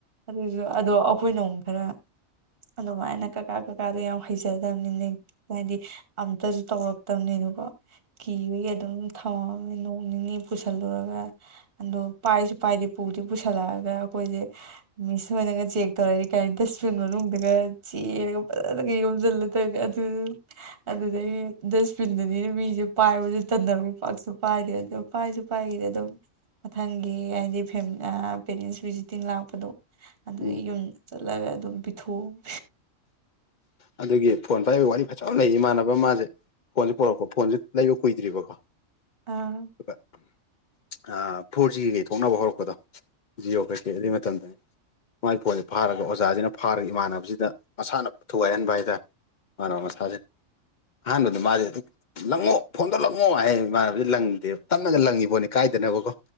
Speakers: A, on the right; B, on the left.
A: ꯑꯗꯨꯁꯨ ꯑꯗꯣ ꯑꯩꯈꯣꯏꯅ ꯑꯃꯨꯛ ꯈꯔ ꯑꯗꯨꯃꯥꯏꯅ ꯀꯀꯥ ꯀꯀꯥꯗꯣ ꯌꯥꯝ ꯍꯩꯖꯗꯕꯅꯤꯅꯦ ꯍꯥꯏꯗꯤ ꯑꯝꯇꯁꯨ ꯇꯧꯔꯛꯇꯕꯅꯤꯅꯀꯣ ꯀꯤꯕꯒꯤ ꯑꯗꯨꯝ ꯊꯝꯃꯝꯃꯦ ꯅꯣꯡ ꯅꯤꯅꯤ ꯄꯨꯁꯜꯂꯨꯔꯒ ꯗꯣ ꯄꯥꯏꯁꯨ ꯄꯥꯏꯗꯦ ꯄꯨꯖꯨ ꯄꯨꯁꯜꯂꯛꯑꯒ ꯑꯩꯈꯣꯏꯖꯦ ꯃꯤꯁꯣꯏꯗꯅꯒ ꯆꯦꯛ ꯇꯧꯔꯛꯑꯗꯤ ꯀꯩꯝꯇ ꯏꯁꯀꯔ꯭ꯤꯟ ꯃꯅꯨꯡꯗꯒ ꯆꯦꯟ - ꯐꯖꯅꯒ ꯌꯣꯝꯖꯤꯜꯂ ꯇꯧꯏꯃꯦ ꯑꯗꯨ ꯑꯗꯨꯗꯩ ꯗꯁꯕꯤꯟꯗꯅꯤꯅ ꯃꯤ - ꯄꯥꯏꯕꯖꯨ ꯇꯟꯅꯕꯒꯤ ꯄꯥꯛꯁꯨ ꯄꯥꯏꯗꯦ ꯑꯗꯨ ꯄꯥꯏꯖꯨ ꯄꯥꯏꯒꯤꯗꯦ ꯑꯗꯨꯝ ꯅꯪꯒꯤ ꯍꯥꯏꯗꯤ ꯄꯦꯔꯦꯟꯁ ꯚꯤꯖꯤꯇꯤꯡ ꯂꯥꯛꯄꯗꯣ ꯑꯗꯨ
B: ꯎꯝ
A: ꯑꯩ ꯌꯨꯝ ꯆꯠꯂꯒ ꯑꯗꯨꯝ ꯄꯤꯊꯣꯛꯃꯦ
B: ꯑꯗꯨꯒꯤ ꯐꯣꯟ ꯐꯥꯏꯕ ꯋꯥꯔꯤ ꯐꯖꯕ ꯑꯃ ꯂꯩꯌꯦ ꯏꯃꯥꯟꯅꯕ ꯑꯃ ꯃꯥꯖꯦ ꯐꯣꯟꯖꯦ ꯄꯨꯔꯛꯄ ꯐꯣꯟꯖꯦ ꯂꯩꯕ ꯀꯨꯏꯗ꯭ꯔꯤꯕꯀꯣ
A: ꯑꯥ
B: ꯑꯗꯨꯒ ꯑ ꯐꯣꯔ ꯖꯤ ꯒ ꯊꯣꯛꯅꯕ ꯍꯧꯔꯛꯄꯗꯣ ꯖꯤꯑꯣ ꯀꯩꯀꯩ ꯑꯗꯨꯏ ꯃꯇꯝꯗꯨꯅꯤ ꯃꯥꯒꯤ ꯐꯣꯟꯖꯦ ꯐꯥꯔꯒ ꯑꯣꯖꯥꯖꯤꯅ ꯐꯥꯔꯒ ꯏꯃꯥꯟꯅꯕꯁꯤꯗ ꯃꯁꯥꯅ ꯊꯨꯒꯥꯏꯍꯟꯕ ꯍꯥꯏꯇꯥꯔꯦ ꯏꯃꯥꯟꯅꯕ ꯃꯁꯥꯖꯤꯅ ꯑꯍꯥꯟꯕꯗ ꯃꯥꯁꯦ ꯑꯗꯨꯝ - ꯂꯪꯉꯣ ꯐꯣꯟꯗ ꯂꯪꯉꯣ ꯍꯥꯏ ꯃꯥꯥꯟꯅꯕꯖꯦ ꯂꯪꯗꯦꯕ ꯇꯞꯅꯒ ꯂꯪꯉꯤꯄꯣꯠꯅꯤ ꯀꯥꯏꯗꯅꯕꯀꯣ